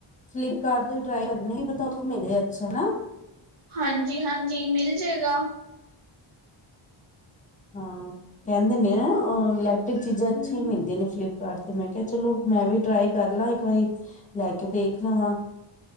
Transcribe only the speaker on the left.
ਫਲਿੱਪਕਾਰਟ ਤੋਂ ਹੀ ਟਰਾਈ ਕਰਨੇ ਕੀ ਪੱਤਾ ਉਥੋਂ ਮਿਲੇ ਅੱਛਾ ਹਨਾ?
ਹਾਂ ਕਹਿੰਦੇ ਨੇ ਇਲੈਕਟ੍ਰਿਕ ਚੀਜ਼ਾਂ
ਅੱਛੀਆਂ ਮਿਲਦੀਆਂ ਨੇ ਫਲਿੱਪ ਕਾਰਟ ਤੇ ਮੈਂ ਕਿਹਾ ਚਲੋ ਮੈਂ ਵੀ ਟਰਾਈ ਕਰ ਲਾਂ, ਇੱਕ ਵਾਰੀ ਲੈ ਕੇ ਦੇਖ ਲਵਾਂ।